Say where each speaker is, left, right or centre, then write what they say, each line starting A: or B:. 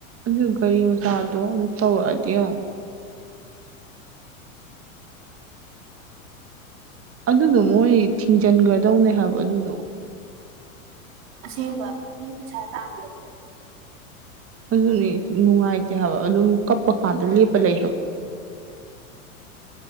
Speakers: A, on the right; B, on the right.
A: ꯑꯗꯨ ꯒꯥꯔꯤ ꯃꯆꯥꯗꯣ ꯑꯃꯨꯛ ꯇꯧꯔꯛꯑꯗꯤ ꯌꯣꯡ ꯑꯗꯨꯗꯣ ꯃꯣꯏ ꯊꯤꯡꯖꯤꯟꯒ꯭ꯔꯥꯗꯧꯅꯦ ꯍꯥꯏꯕ ꯑꯗꯨꯗꯣ
B: ꯑꯁꯦꯡꯕ ꯃꯤ ꯄꯩꯁꯥ ꯇꯥꯟꯕꯗꯨꯗꯥ
A: ꯑꯗꯨꯅꯦ ꯅꯨꯡꯉꯥꯏꯇꯦ ꯍꯥꯏꯕ ꯑꯗꯨꯝ ꯀꯞꯄ ꯀꯥꯟꯗꯥ ꯂꯦꯞꯄ ꯂꯩ ꯍꯥꯏꯕ